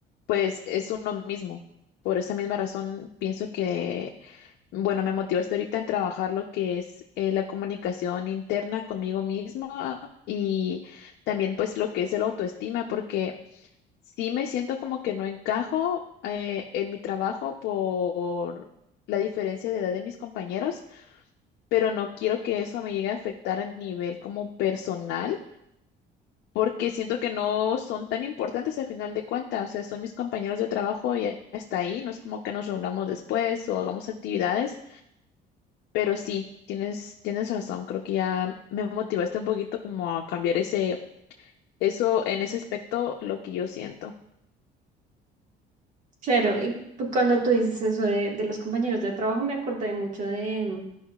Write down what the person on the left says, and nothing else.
pues es uno mismo. Por esa misma razón, pienso que, bueno, me motivaste ahorita en trabajar lo que es eh, la comunicación interna conmigo misma y también pues lo que es el autoestima, porque sí me siento como que no encajo eh, en mi trabajo por la diferencia de edad de mis compañeros, pero no quiero que eso me llegue a afectar a nivel como personal porque siento que no son tan importantes al final de cuentas, o sea, son mis compañeros de trabajo y ya está ahí, no es como que nos reunamos después o hagamos actividades, pero sí, tienes, tienes razón, creo que ya me motivaste un poquito como a cambiar ese, eso en ese aspecto, lo que yo siento.